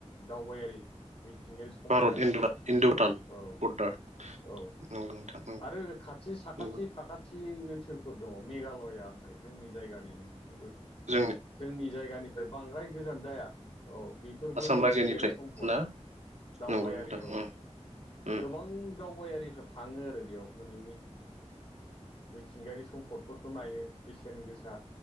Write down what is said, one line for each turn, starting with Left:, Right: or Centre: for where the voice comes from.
Left: दावबायारि मिथिंगायारि समायना
Right: भारत इन्द
Left: सम्पद
Right: इन्द' भुटान
Left: औ-औ।
Right: बर्डार नंगौ नोंथां नंगौ
Left: आरो खाथि साखाथि
Right: नंगौ
Left: साखाथि ओनसोलफोर दङ मेघालया होननाय जोंनि जायगानिनो बेफोरबो।
Right: जोङो
Left: जोंनि जायगानिफ्राय बांद्राय गोजान जाया औ बेफोरबो
Right: आसाम
Left: मिथिंगायारि
Right: रायजोनिफ्राय
Left: सम्पद।
Right: ना
Left: दावबायारि
Right: नंगौ नोंथां
Left: औ
Right: उम उम
Left: गोबां दावबायारिफ्रा थाङो आरो बेयाव माने मिथिंगायारि सम्पदफोरखौ नायनो बेसेन गोसा